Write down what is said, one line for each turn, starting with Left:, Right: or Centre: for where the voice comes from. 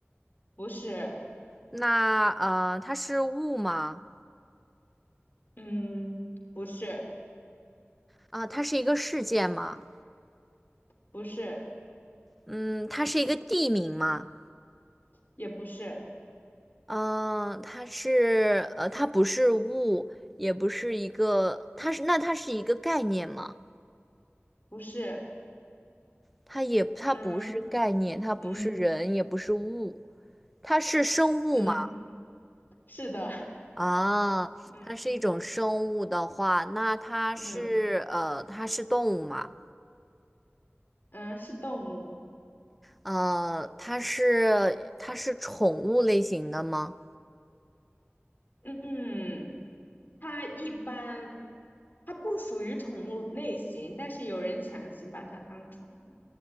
Left: 不是，
Centre: 那呃，它是物吗？
Left: 嗯，不是，
Centre: 啊、它是一个事件吗？
Left: 不是，
Centre: 嗯，它是一个地名吗？
Left: 也不是，
Centre: 嗯、呃它是呃，它不是物，也不是一个，它是那它是一个概念吗？
Left: 不是，
Centre: 它也它不是概念，
Left: 嗯
Centre: 它不是人，
Left: 嗯
Centre: 也不是物，它是生物吗？
Left: 嗯，是的，
Centre: 啊，
Left: <laughs>
Centre: 它是一种生物的话，
Left: 嗯
Centre: 那它是呃，
Left: 嗯
Centre: 它是动物吗？
Left: 嗯，是动物，
Centre: 呃，它是它是宠物类型的吗？
Left: 嗯，它一般，它不属于宠物类型，但是有人强行把它当宠物，